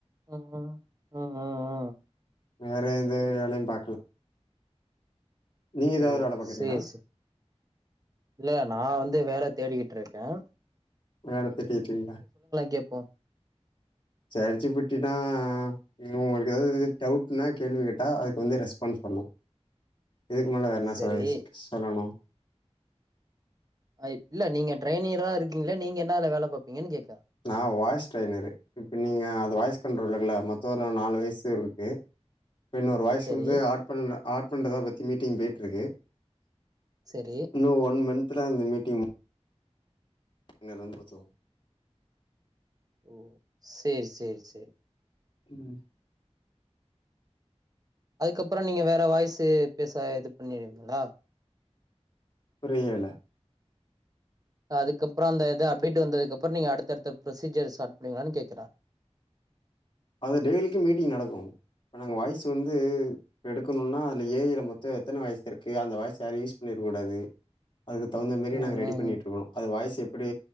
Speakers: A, on the right (about 35°); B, on the left (about 45°).
A: ம் ம் ம் ம்
B: வேற எந்த வேலையும் பாக்கல நீங்க எதாவது
A: ம்
B: வேல பாக்குறீங்களா
A: சேரி சே இல்ல நான் வந்து வேல தேடிக்கிட்டு இருக்கேன்
B: வேலை தேடிட்டுயிருக்கிங்களா
A: கேப்போ
B: சாட் ஜி பி டி னா நீங்க உங்களுக்கு ஏதாவது டவுட்ன்னா கேள்வி கேட்டா அதுக்கு வந்து ரெஸ்பான்ஸ் பண்ணும் இதுக்கு மேல வேற என்ன
A: சரி
B: சொல் சொல்லனும்
A: இல்ல நீங்க ட்ரைனியர்ரா இருக்கீங்களா நீங்க என்னா வேலை பாப்பிங்கன்னு கேக்கு
B: நான் வாய்ஸ் ட்ரெய்னரு இப்ப நீங்க அது வாய்ஸ் கண்ட்ரோல் இருக்குல மொத்தம் நாலு வாய்ஸ் இருக்கு என்னொட வாய்ஸ்
A: சரி
B: வந்து ஆட் பண்ணல ஆட் பண்ணுறத பத்தி மீட்டிங் போய்ட்டு இருக்கு
A: சரி
B: இன்னும் ஒன் மந்துல இந்த மீட்டிங் என்ன <unintelligible>
A: ஓ செரி செரி செரி
B: ம்
A: அதுக்கப்புறம் நீங்க வேற வாய்சு பேச இது பண்ணிருவிங்களா
B: புரியல
A: அதுக்கு அப்புறம் அந்த இத அப்டேட் வந்ததுக்கு அப்புறம் நீங்க அடுத்தடுத்த ப்ரொசீஜர் ஸ்டார்ட் பண்ணுவிங்களான்னு கேக்குறேன்
B: அது டெய்லிக்கும் மீட்டிங் நடக்கும் இப்ப நாங்க வாய்ஸ் வந்து எடுக்கனும்னா அதுல ஏ ஐ ல மொத்தம் எத்தனை வாய்ஸ் இருக்கு அந்த வாய்ஸ் யாரும் யூஸ் பண்ணிருக்கூடாது அதுக்கு தகுந்த மாரி
A: ம்
B: நாங்க ரெடி
A: ம்
B: பண்ணிட்டு இருக்கோம் அது வாய்ஸ் எப்படி